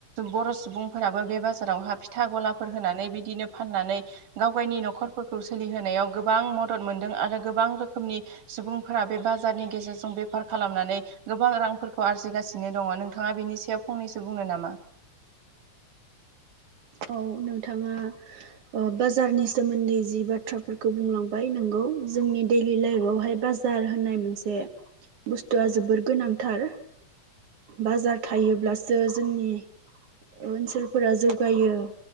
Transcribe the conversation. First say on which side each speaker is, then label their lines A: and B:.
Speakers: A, on the right; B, on the right.
A: बर' सुबुंफोराबो बे बाजारावहा फिथा ग'लाफोर होनानै बिदिनो फाननानै गावगायनि न'खरफोरखौ सोलिहोनायाव गोबां मदद मोनदों आरो गोबां रोखोमनि सुबुंफोरा बे बाजारनि गेजेरजों बेफार खालामनानै गोबां रांफोरखौ आरजिगासिनो दङ' नोंथाङा बेनि सायाव फंनैसो बुंनो नामा?
B: औ नोंथाङा ओ बाजारनि सोमोन्दै जि बाथ्राफोरखौ बुंलांबाय नोंगौ जोंनि दैलि लाइफ आवहाय बाजा जार होननाय मोनसे बुस्थुआ जोबोर गोनांथार बाजार थायोब्लासो जोंनि ओनसोलफोरा जौ गायो